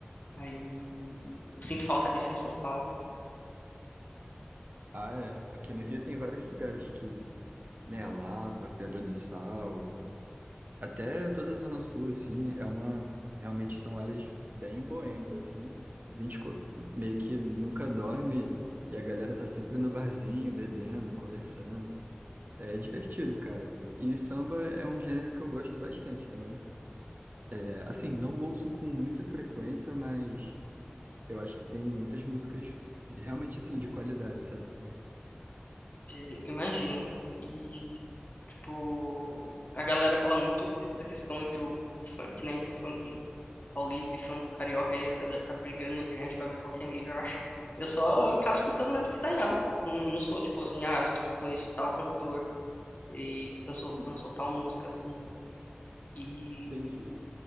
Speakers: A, on the left; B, on the right.
A: Aí eu sinto falta disso em São Paulo,
B: Ah, é. Aqui no Rio tem vários lugares que, né, a Lapa, Pedra do Sal. Até toda a Zona Sul, assim, é uma. Realmente são áreas bem boêmias, assim. A gente co- meio que nunca dorme e a galera tá sempre no barzinho, bebendo, conversando. É divertido, cara. E samba é um gênero que eu gosto bastante também. É, assim, não ouço com muita frequência, mas eu acho que tem muitas músicas realmente, assim, de qualidade, sabe?
A: eh, imagino. E Tipo, a galera fala muito da questão entre o funk, né? Entre o funk paulista e funk carioca, aí a galera fica brigando na internet pra ver qual que é melhor. <laughs> Eu só acabo escutando mesmo o que tá em alta. Não, não sou tipo assim, ah, eu conheço tal cantor e dançou, dançou tal música, assim. E
B: Entendi.